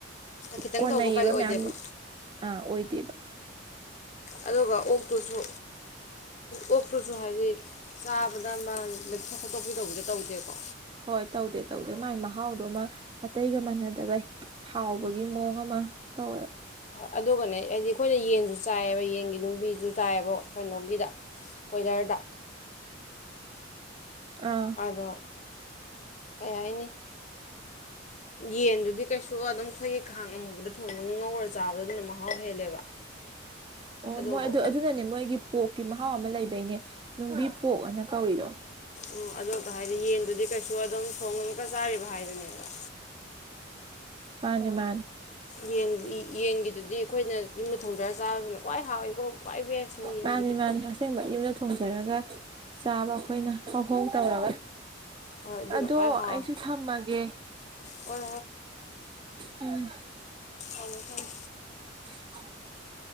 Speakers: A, on the left; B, on the right.
A: ꯈꯤꯇꯪ
B: ꯀꯣꯟꯅꯩꯌꯦꯕ
A: ꯇꯧꯕ ꯀꯥꯏꯗ ꯑꯣꯏꯗꯦꯕ
B: ꯃꯌꯥꯝ ꯑꯣꯏ ꯇꯦꯕ
A: ꯑꯗꯨꯒ ꯑꯣꯛꯇꯨꯁꯨ ꯑꯣꯛꯇꯨꯁꯨ ꯍꯥꯏꯗꯤ ꯆꯥꯕꯗꯃꯟ ꯂꯦꯛꯊꯣꯛ ꯈꯣꯠꯇꯣꯛꯄꯤꯗꯧꯕꯗꯤꯦ ꯇꯧꯗꯦꯀꯣ
B: ꯍꯣꯏ ꯇꯧꯗꯦ ꯇꯧꯗꯦ ꯃꯥꯏ ꯃꯍꯥꯎꯗꯣꯃ ꯑꯇꯩꯒ ꯃꯥꯟꯅꯗꯕꯩ ꯍꯥꯎꯕꯒꯤ
A: ꯎꯝ
B: ꯃꯑꯣꯡ ꯑꯃ ꯇꯧꯋꯦ
A: ꯑꯗꯨꯒꯅꯦ ꯍꯥꯏꯗꯤ ꯑꯩꯈꯣꯏꯅ ꯌꯦꯟꯁꯨ ꯆꯥꯏꯌꯦꯕ ꯌꯦꯟꯒꯤ ꯅꯨꯡꯕꯤꯁꯨ ꯆꯥꯏꯑꯕ ꯀꯩꯅꯣꯒꯤꯗ ꯀꯣꯏꯂꯔꯗ
B: ꯑꯥ
A: ꯑꯗꯣ ꯀꯩ ꯍꯥꯏꯅꯤ ꯌꯦꯟꯗꯨꯗꯤ ꯀꯩꯁꯨ ꯑꯗꯨꯝ ꯑꯩꯈꯣꯏꯒꯤ ꯈꯥꯡ ꯑꯃꯨꯕꯗ ꯊꯣꯡꯕꯒ ꯉꯧꯔ ꯆꯥꯕꯗ ꯑꯗꯨꯅ ꯃꯍꯥꯎ ꯍꯦꯜꯂꯦꯕ
B: ꯑꯣ
A: ꯑꯗꯨꯒ
B: ꯃꯣꯏ ꯑꯗꯨ ꯑꯗꯨꯅꯅꯦ ꯃꯣꯏꯒꯤ ꯄꯣꯛꯀꯤ ꯑ ꯊꯥꯎ ꯑꯃ ꯂꯩꯕꯩꯅꯦ ꯅꯨꯡꯕꯤ ꯄꯣꯛꯑꯅ ꯀꯧꯔꯤꯗꯣ
A: ꯎ ꯑꯗꯨꯒ ꯍꯥꯏꯗꯤ ꯌꯦꯟꯗꯨꯗꯤ ꯀꯩꯁꯨ ꯑꯗꯨꯝ ꯁꯣꯡꯉꯒ ꯆꯥꯔꯤꯕ ꯍꯥꯏꯗꯨꯅꯦꯕ
B: ꯃꯥꯅꯦ ꯃꯥꯅꯦ
A: ꯌꯦ ꯌꯦꯟꯒꯤꯗꯨꯗꯤ ꯑꯩꯈꯣꯏꯅ ꯌꯨꯝꯗ ꯊꯣꯡꯗꯔꯒ ꯆꯥꯕꯁꯤꯅ ꯈ꯭ꯋꯥꯏ ꯍꯥꯎꯋꯤꯀꯣ ꯈ꯭ꯏ ꯕꯦꯁꯅ ꯌꯦꯟꯒꯤꯗꯤ
B: ꯃꯥꯅꯦ ꯃꯥꯅꯦ ꯑꯁꯦꯡꯕ ꯌꯨꯝꯗ ꯊꯣꯡꯖꯔꯒ ꯆꯥꯕ ꯑꯩꯈꯣꯏꯅ ꯍꯧꯍꯧ ꯇꯧꯔꯒ
A: ꯍꯣꯏ ꯑꯗꯨꯅ
B: ꯑꯗꯣ
A: ꯈ꯭ꯋꯥꯏ ꯍꯥꯎꯋꯦ
B: ꯑꯩꯁꯨ ꯊꯝꯃꯒꯦ
A: ꯍꯣꯏ
B: ꯎꯝ
A: ꯑꯗꯨꯃ ꯈꯪ
B: <inaudible>